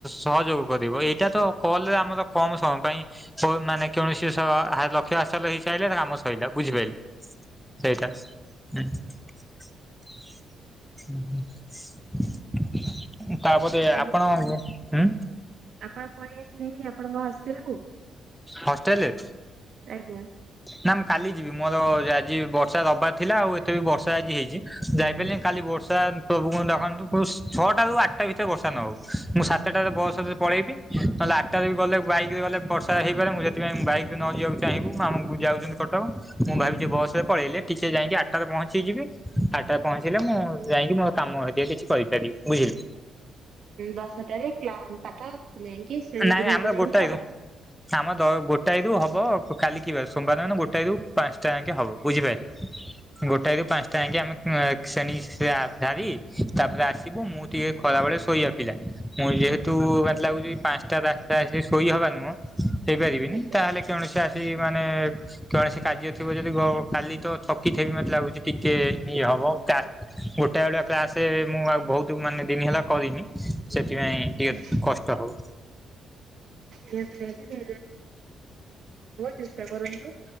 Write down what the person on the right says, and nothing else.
ଆଉ
ଆପଣ ପଳେଇ ଆସିଲେଣି ଆପଣଙ୍କ ହଷ୍ଟେଲ କୁ?
ଆଜ୍ଞା।
ଦଶଟାରେ ପାଠ ଯାଇକି ଶ୍ରେଣୀ
ଗୃହକୁ
ଯାଇକି
ପାଠ
<unintelligible>
ଆଜ୍ଞା
<unintelligible>
<unintelligible> କଷ୍ଟ ହବ ଯେତେ କରୁଛୁ।